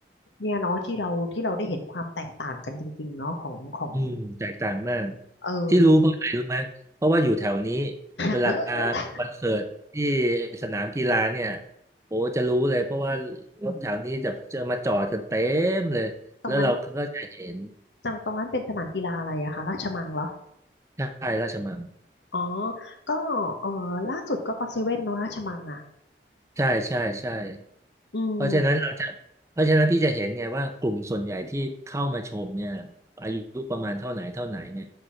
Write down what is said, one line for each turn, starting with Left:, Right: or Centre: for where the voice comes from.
Left: เนี่ยเนาะที่เราที่เราได้เห็นความแตกต่างกันจริงๆเนาะของของ
Right: อืมแตกต่างมาก
Left: เออ
Right: ที่รู้เพราะอะไรรู้ไหมเพราะว่าอยู่แถวนี้เวลา
Left: <laughs> เออ
Right: มีคอนเสิร์ตที่สนามกีฬาเนี่ยโอ้จะรู้เลยเพราะว่ารถแถวนี้จะจะมาจอดกันเต็มเลยแล้วเราก็จะเห็น
Left: ตรงนั้นจังตรงนั้นเป็นสนามกีฬาอะไรอะคะราชมังเหรอ
Right: ใช่ราชมัง
Left: อ๋อก็เออล่าสุดก็ก็เซเว่นเนาะราชมังอะ
Right: ใช่ใช่ใช่
Left: อืม
Right: เพราะฉะนั้นเราจะเพราะฉะนั้นพี่จะเห็นไงว่ากลุ่มส่วนใหญ่ที่เข้ามาชมเนี่ยอายุประมาณเท่าไหนเท่าไหนเนี่ย